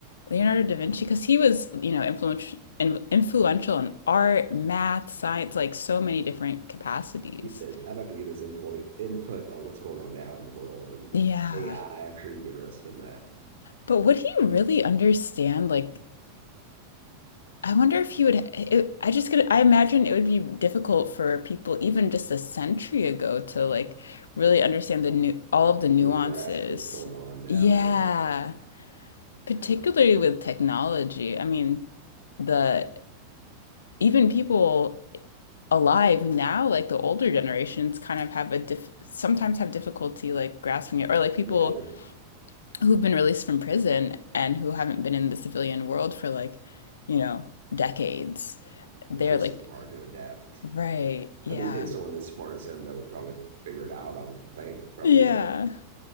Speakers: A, on the left (about 65°); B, on the right (about 55°).
A: Leonardo da Vinci, because he was, you know, influential influential in art, math, science, like so many different capacities.
B: Yeah, that- I'd like to get his input input on what's going on now in the world and
A: Yeah.
B: AI. I'm sure he'd be interested in that.
A: But would he really understand? Like, I wonder if he would. It, I just could. I imagine it would be difficult for people, even just a century ago, to like really understand the new all of the nuances.
B: Really grasp what's going on now.
A: Yeah,
B: Yeah.
A: particularly
B: Yeah.
A: with technology. I mean, the even people alive now, like the older generations, kind of have a diff sometimes have difficulty like grasping it, or like people
B: Yeah. They're,
A: who've been released from prison and who haven't been in the civilian world for like, you know, decades. They're
B: it's just
A: like,
B: so hard to adapt.
A: right, yeah,
B: I mean, you think someone as smart as him that would probably figure it out, I would think, probably
A: yeah,
B: better than